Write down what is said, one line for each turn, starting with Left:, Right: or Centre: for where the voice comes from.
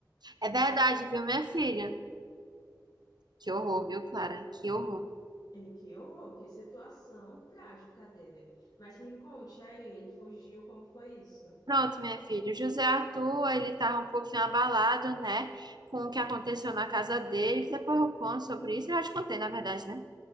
Right: É verdade, viu, minha filha? Que horror, viu,
Left: Pronto.
Right: Clara? Que horror.
Left: É, que horror, que situação trágica dele. Mas me conte aí, ele fugiu, como foi isso?
Right: Pronto, minha filha. O José Arthur, ele tá um pouquinho abalado, né? Com o que aconteceu na casa dele, que depois eu conto sobre isso. Eu já te contei, na verdade, né?